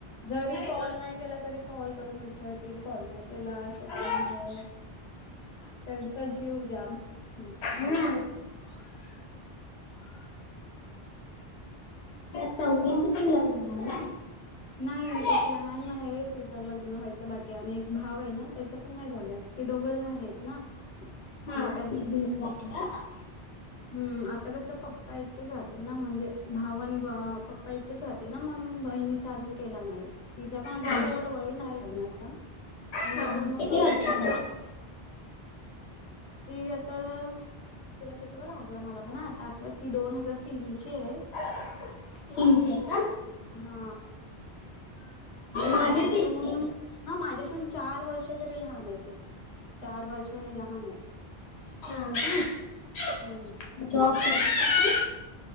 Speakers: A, on the left; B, on the left.
A: जरी
B: माहेर?
A: कॉल नाय केला तरी कॉल करून विचारतील कॉल नाय केलास. काय
B: हा
A: झालं? त्यांचा जीव ज्याम ह
B: हा चौघीचं पण लग्न झालंय.
A: नाही
B: हा
A: एक लहान आहे तिचं लग्न व्हायचं बाकी आणि एक भाव हाय ना त्याचं पण नाय झालंय. ते दोघं लहान आहेत ना
B: हा
A: मग
B: तिघीची झाली नाय का
A: हूं आता कसं पप्पा एकटेच राहतील ना म्हणजे भाव आणि ब पप्पा एकटेच राहतील ना म्हणून बहिणी चा अजून केला नाय तिजा पण अजून
B: हा
A: काय एवढा वय नाय लग्नाचा
B: हा
A: नंतर मग
B: किती
A: करू
B: वर्षाचे
A: तिजा
B: आहेत?
A: पण ती आता तिला कितवा लागला मला पण आता आठवत ती दोन हजार तीन ची ये.
B: <unintelligible> तीन ची ये का
A: हा माझ्या
B: माझे तेच
A: शिवून हा माझ्याशिवून चार वर्ष तरी लहान हाय ती चार वर्षानी लहान आहे.
B: हा काय
A: हम्म
B: जॉब करते का तू?